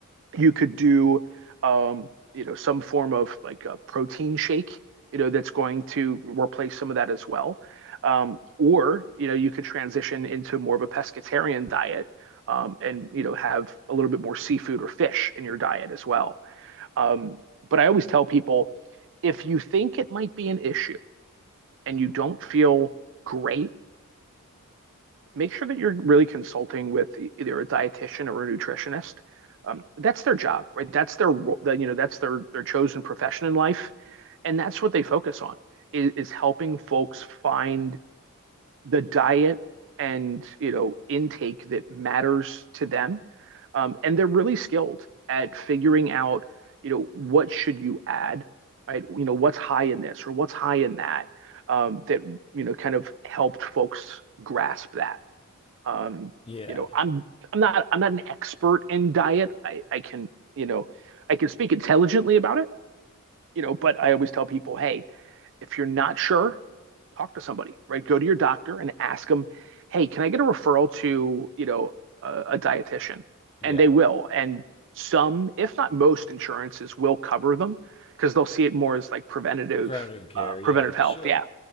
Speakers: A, on the right; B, on the left.
A: You could do, um, you know, some form of like a protein shake, you know, that's going to replace some of that as well. Um, or, you know, you could transition into more of a pescatarian diet um, and, you know, have a little bit more seafood or fish in your diet as well. Um, but I always tell people if you think it might be an issue and you don't feel great, make sure that you're really consulting with e-, either a dietitian or a nutritionist. Um, that's their job, right? That's their that you know that's their their chosen profession in life, and that's what they focus on is, is helping folks find the diet and you know intake that matters to them um, and they're really skilled at figuring out you know what should you add right you know what's high in this or what's high in that um, that you know kind of helped folks grasp that um,
B: Yeah.
A: you know i'm i'm not i'm not an expert in diet i i can you know i can speak intelligently about it you know but i always tell people hey if you're not sure talk to somebody, right? Go to your doctor and ask them, hey, can I get a referral to, you know, a, a dietitian?
B: Yeah.
A: And they will. And some, if not most insurances will cover them because they'll see it more as like preventative,
B: Preventative care.
A: uh,
B: Yeah.
A: preventative health.
B: Sure.
A: Yeah.